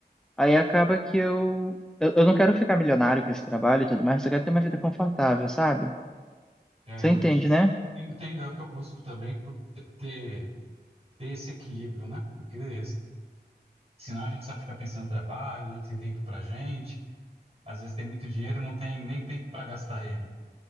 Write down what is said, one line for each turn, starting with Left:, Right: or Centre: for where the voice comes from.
Centre: Aí acaba que eu, eu, eu não quero ficar milionário com esse trabalho e tudo mais, eu quero ter uma vida confortável, sabe?
Right: É,
Centre: Você entende, né?
Right: entendo, é o que eu busco também por te- ter, ter esse equilíbrio, né? Porque s- senão a gente só fica pensando no trabalho, não tem tempo pra gente, às vezes tem muito dinheiro e não tem nem tempo para gastar ele.